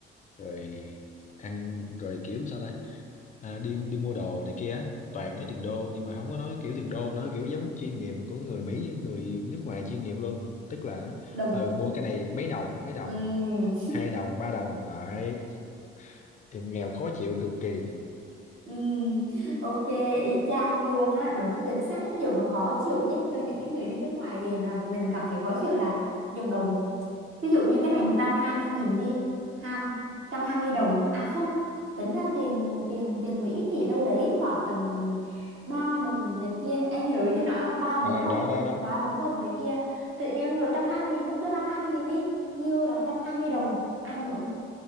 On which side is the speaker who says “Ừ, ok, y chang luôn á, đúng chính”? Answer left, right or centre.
Right